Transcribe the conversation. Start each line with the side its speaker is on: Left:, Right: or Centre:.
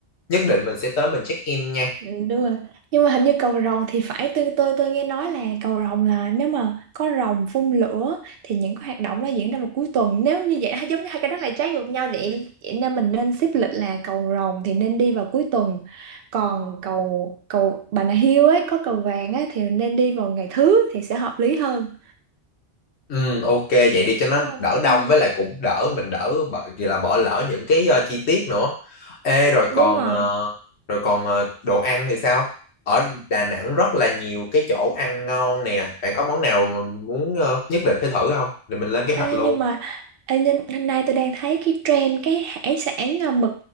Left: nhất định mình sẽ tới mình check in nha
Right: Ừ, đúng rồi nhưng mà hình như cầu rồng thì phải tôi tôi tôi nghe nói là cầu rồng là nếu mà có rồng phun lửa thì những cái hoạt động đó diễn ra vào cuối tuần nếu như vậy <laughs> giống như hai cái đó là trái ngược nhau vậy vậy nên mình nên xếp lịch là cầu rồng thì nên đi vào cuối tuần còn cầu cầu Bà Nà Hills ấy có cầu vàng ấy thì nên đi vào ngày thứ thì sẽ hợp lý hơn
Left: Ừ, ok vậy đi cho
Right: đúng
Left: nó
Right: không
Left: đỡ đông
Right: ừ
Left: với lại cũng đỡ mình đỡ bỏ, vì là bỏ lỡ những cái ờ, chi tiết nữa. Ê rồi còn
Right: đúng rồi
Left: ờ, rồi còn ờ, đồ ăn thì sao? Ở Đà Nẵng rất là nhiều cái chỗ ăn ngon nè. Bạn có món nào mình muốn ờ, nhất định phải thử không? Thì mình lên kế hoạch
Right: Ê,
Left: luôn.
Right: nhưng mà ê, nhưng, hôm nay tôi đang thấy cái trend cái hải sản à, mực